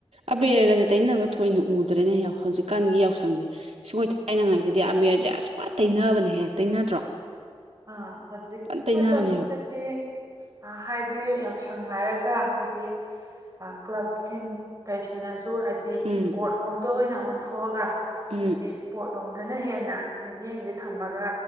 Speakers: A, on the right; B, on the right.
A: ꯑꯕꯦꯔꯒꯁꯦ ꯇꯩꯅꯕ ꯊꯣꯏꯅ ꯎꯗ꯭ꯔꯦꯅꯦ ꯍꯧꯖꯤꯛꯀꯥꯟꯒꯤ ꯌꯥꯎꯁꯪꯁꯦ <unintelligible> ꯊꯥꯏꯅꯉꯩꯗꯗꯤ ꯑꯕꯦꯔꯁꯦ ꯑꯁ ꯄꯥ ꯇꯩꯅꯕꯅꯦꯍꯦ ꯇꯩꯅꯗ꯭ꯔꯣ
B: ꯑ ꯍꯧꯖꯤꯛ
A: ꯐꯟ ꯇꯩꯅꯕꯅꯦꯕ
B: ꯃꯇꯝꯁꯤꯗ ꯀꯤ ꯍꯥꯏꯗꯤ ꯌꯥꯎꯁꯪ ꯍꯥꯏꯔꯒ ꯍꯥꯏꯗꯤ ꯑ ꯀ꯭ꯂꯕꯁꯤꯡ ꯀꯩꯁꯤꯡꯅꯁꯨ ꯍꯥꯏꯗꯤ
A: ꯎꯝ
B: ꯏꯁꯄꯣꯔꯠ ꯂꯣꯝꯗ ꯑꯣꯏꯅ ꯑꯣꯟꯊꯣꯛꯑꯒ
A: ꯎꯝ
B: ꯍꯥꯏꯗꯤ ꯄꯣꯠ ꯔꯣꯝꯗꯅ ꯍꯦꯟꯅ ꯃꯤꯠꯌꯦꯡꯁꯦ ꯊꯝꯃꯒ